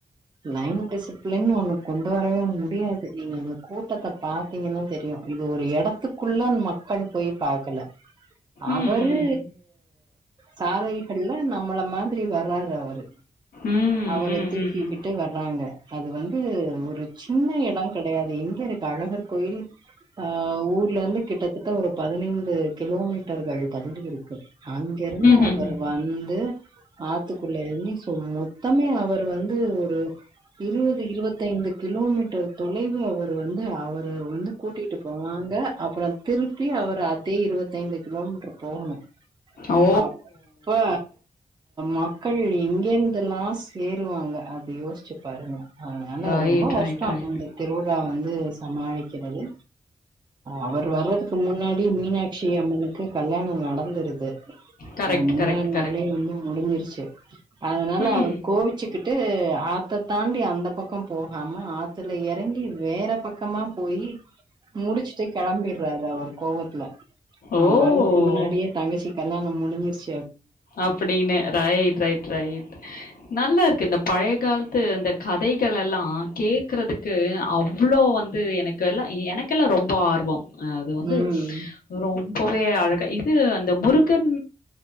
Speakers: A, on the right (about 30°); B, on the left (about 80°).
A: லைன் டிசிப்ளின்னு ஒன்னு கொண்டு வரவே முடியாது நீங்க அந்த கூட்டத்த பாத்தீங்கன்னா தெரியு இது ஒரு எடத்துக்குள்ள மக்கள் போய் பாக்கல அவரு
B: ம்.
A: சாலைகள்ல நம் நம்மள மாதிரி வர்றாரு அவரு
B: ம்.
A: அவர
B: ம், ம்,
A: தூக்கிக்கிட்டு
B: ம், ம்.
A: வர்றாங்க அது வந்து ஒரு சின்ன எடங்கெடையாது எங்க இருக் அழகர் கோயில் ஆ ஊர்ல இருந்து கிட்டத்தட்ட ஒரு பதினைந்து கிலோ பக்தர்கள் தள்ளி இருக்கு அங்கிருந்து
B: ம்ஹ்ஹ்ம்.
A: அவர் வந்து ஆத்துக்குள்ள எரங்கி சோ மொத்தமே அவர் வந்து ஒரு இருவது இருவத்தைந்து கிலோமீட்டர் தொலைவு அவர் வந்து அவ அவரு வந்து கூட்டிட்டு போவாங்க அப்புறோ திருப்பி அவர் அத் தி இருபத்தைந்து கிலோமீட்டர் போகணு
B: ஓ!
A: அப்ப மக்கள் எங்க எந்தெலா சேருவாங்க அது யோசிச்சு பாருங்க அதனால
B: ரைட்,
A: ரொம்போ கஷ்டோ
B: ரைட், ரைட்.
A: அந்த திருவிழா வந்து சமாளிக்கிறது அவர் வர்றதுக்கு முன்னாடி மீனாட்சி அம்மனு கல்யாணம் நடந்துருது
B: கரெக்ட்,
A: அது முந்தான்
B: கரெக்ட்,
A: நாலே
B: கரெக்ட்.
A: வந்து முடிஞ்சிருச்சு அதனால
B: ம்.
A: அவர் கோவிச்சுக்கிட்டு ஆத்த தாண்டி அந்த பக்கோ போகாம ஆ த்துல எறங்கி வேற பக்கமா போயி முடிச்சுட்டு கெளம்பிடுறாரு அவர் கோவத்துல ஆ
B: ஓ!
A: வறதுக்கு முன்னாடியே தங்கச்சி கல்யாணம் முடிஞ்சிருச்
B: அப்படின்னு ரைட் ரைட் ரைட் நல்லா இருக்கு இந்த பழைய காலத்து அந்த கதைகளெல்லா கேட்குறதுக்கு அவ்வுளோ வந்து எனக்கெல்லா எனக்கெல்லா ரொம்ப ஆர்வோ அது வந்து
A: ம்
B: ரொம் போய் அழக இது அந்த முருகன்